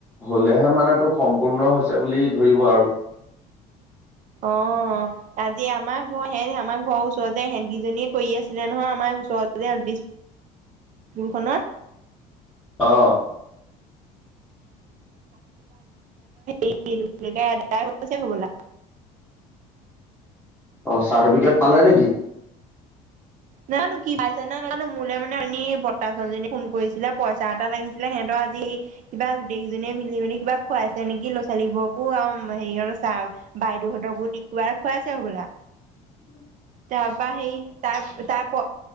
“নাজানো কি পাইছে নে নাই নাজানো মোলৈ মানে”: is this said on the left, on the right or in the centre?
Right